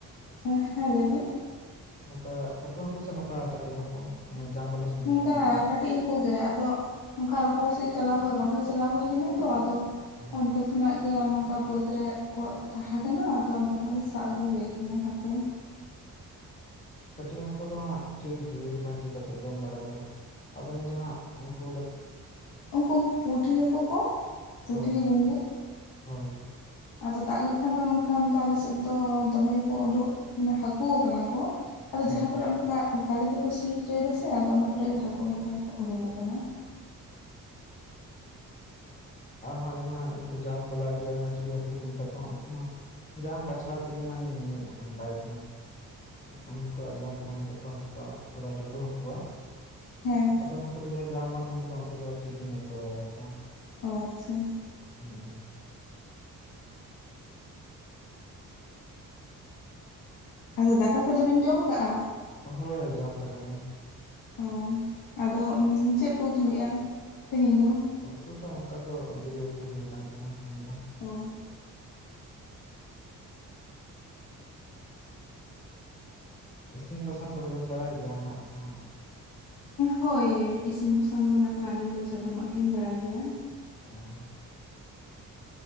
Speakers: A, on the left; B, on the left.
A: ᱮ, ᱸᱦᱮᱸ ᱞᱟᱹᱭ ᱵᱤᱱ?
B: ᱱᱚᱝᱠᱟ ᱴᱟᱹᱴᱩ ᱦᱟᱹᱠᱩ ᱥᱮ ᱱᱚᱝᱠᱟ ᱠᱟᱹᱴᱤᱜ ᱦᱟᱹᱠᱩ ᱢᱟᱱᱮ ᱡᱟᱝ ᱵᱟᱞᱟ? ᱥᱮ ᱵᱤᱱᱟᱹ
A: ᱱᱚᱝᱠᱟ
B: ᱡᱟᱝ ᱵᱟᱞᱟ?
A: ᱠᱟᱹᱴᱤᱜ ᱦᱟᱹ ᱠᱚ ᱜᱮ, ᱟᱫᱚ ᱚᱝᱠᱟ ᱨᱚᱦᱚᱭ ᱥᱮᱜ ᱪᱟᱞᱟᱣ ᱦᱚ ᱨᱚᱦᱚᱭ ᱪᱟᱞᱟᱣ ᱦᱩᱭ ᱞᱮᱱᱟ ᱛᱚ ᱟᱫᱚ
B: ᱚ
A: ᱚᱱᱛᱮ ᱠᱷᱚᱱᱟᱜ ᱜᱮ ᱱᱚᱝᱠᱟ ᱵᱟᱹᱫᱽ ᱨᱮ ᱠᱚ ᱛᱟᱦᱮᱸ ᱠᱟᱱᱟ ᱟᱫᱚ ᱚᱱᱛᱮ ᱠᱷᱚᱱᱟᱜ ᱜᱮ ᱥᱟᱵ ᱟᱹᱜᱩ ᱦᱩᱭ ᱠᱟᱱᱟ ᱦᱟᱹᱠᱩ᱾
B: ᱠᱟᱹᱴᱤᱜ ᱦᱟᱹᱠᱩ ᱫᱚ ᱦᱟᱸᱜ ᱴᱷᱤᱠ ᱜᱮ ᱵᱷᱟᱹᱡᱤ ᱠᱟᱛᱮᱜ ᱡᱚᱢ ᱵᱟᱲᱟ ᱫᱚ᱾ ᱟᱫᱚ ᱤᱧ ᱫᱚ ᱦᱟᱸᱜ ᱩᱝᱠᱩ ᱞᱟᱹᱴ
A: ᱩᱝᱠᱩ ᱩᱝᱠᱩ ᱯᱩᱴᱷᱤ ᱦᱟᱹᱠᱩ ᱠᱚ ᱯᱩᱴᱷᱤ
B: ᱦᱳᱭ
A: ᱵᱩᱸᱢᱵᱩᱭ
B: ᱦᱳᱭ,
A: ᱟᱫᱚ ᱫᱟᱜᱽ ᱞᱮᱠᱷᱟᱱ ᱫᱚ ᱱᱚᱝᱟᱱ ᱫᱚ ᱟᱞᱮ ᱥᱮᱜ ᱫᱚ ᱫᱚᱢᱮ ᱜᱮ ᱠᱚ ᱩᱰᱩᱜ ᱢᱟᱱᱮ ᱦᱟᱹᱠᱩ ᱠᱟᱱᱟ ᱠᱚ᱾ ᱟᱫᱚ
B: ᱦᱮᱸ
A: ᱡᱟᱦᱟᱸ ᱠᱚᱨᱮᱜ ᱚᱱᱠᱟ ᱜᱟᱰᱤ ᱛᱮᱠᱚ ᱥᱤ ᱚᱪᱚᱭ ᱫᱟ ᱥᱮ ᱟᱫᱚ ᱚᱱᱟ ᱠᱚᱨᱮᱜ ᱦᱟᱹᱠᱩ ᱱᱟᱠᱷᱟᱱ ᱩᱰᱩᱠᱚᱜ ᱠᱟᱱᱟ᱾
B: ᱟᱨᱦᱚᱸ ᱟᱭᱢᱟ ᱦᱟᱸᱜ ᱩᱱᱠᱩ ᱡᱟᱝ ᱵᱟᱞᱟ ᱟᱹᱰᱤ ᱟᱭᱢᱟ ᱪᱤᱞᱤ ᱦᱟᱹᱠᱩ ᱠᱚ ᱢᱮᱛᱟ ᱠᱚᱣᱟ ᱩᱱᱠᱩ ᱢᱟ, ᱡᱟᱝ ᱵᱟᱪᱷᱟᱣ ᱛᱮ ᱜᱮ ᱢᱟᱧ ᱢᱤᱜ ᱜᱷᱚᱱᱴᱟᱭ ᱛᱟᱦᱮᱸᱱᱟ᱾ ᱩᱱᱠᱩ ᱣᱟᱜ ᱡᱟᱝ ᱛᱟᱦᱮᱸᱱ ᱛᱟᱠᱚᱣᱟ ᱦᱟᱹᱠᱩᱣᱟᱜ ᱥᱮᱲᱟ ᱞᱟᱹᱴᱩ ᱦᱟᱹᱠᱩᱣᱟ ᱾
A: ᱦᱮᱸ᱾
B: ᱟᱫᱚᱢ ᱦᱟᱹᱠᱩ ᱫᱚ ᱡᱟᱦᱟᱸᱭ ᱡᱟᱝ ᱵᱟᱝ ᱛᱟᱦᱮᱸᱱ ᱛᱟᱠᱚᱣᱟ ᱩᱱᱠᱩ ᱫᱚ ᱴᱷᱤᱠ ᱜᱤᱧ ᱮᱠᱟᱹᱶ ᱵᱟᱲᱟ ᱠᱚᱣᱟ᱾
A: ᱚ ᱟᱪᱪᱷᱟ᱾
B: ᱦᱩᱸ ᱦᱩᱸ ᱦᱩᱸ᱾
A: ᱟᱫᱚ ᱫᱟᱠᱟ ᱠᱚ ᱫᱚ ᱵᱤᱱ ᱡᱚᱢ ᱠᱟᱜᱼᱟ?
B: ᱦᱳᱭ ᱡᱚᱢ ᱠᱟᱫᱟᱞᱤᱧ᱾
A: ᱚ ᱟᱫᱚ ᱪᱮᱫ ᱯᱮ ᱩᱛᱩ ᱞᱮᱜ-ᱟ ᱛᱮᱦᱮᱧ ᱫᱚ?
B: ᱩᱛᱩ ᱫᱚ ᱚᱱᱠᱟ ᱫᱚ ᱵᱤᱞᱮ ᱩᱛᱩ ᱦᱩᱭ ᱠᱟᱱ ᱛᱟᱦᱮᱱᱟ ᱛᱤᱦᱤᱧ ᱫᱚ ᱾
A: ᱚ ᱾
B: ᱤᱥᱤᱱ ᱵᱟᱥᱟᱝ ᱠᱚᱫᱚ ᱵᱮᱱ ᱵᱟᱲᱟᱭ ᱜᱮᱭᱟ ᱦᱟᱸᱜ ᱛᱚ ᱦᱟᱸᱜ ᱾
A: ᱦᱳᱭ ᱤᱥᱤᱱ ᱵᱟᱥᱟᱝ ᱫᱚ ᱱᱟᱜ ᱠᱷᱟᱱ ᱟᱹᱞᱤᱧ ᱫᱚ ᱡᱷᱚᱛᱚᱢᱟᱜ ᱜᱮᱞᱤᱧ ᱵᱟᱲᱟᱭ ᱜᱮᱭᱟ ᱾
B: <unintelligible>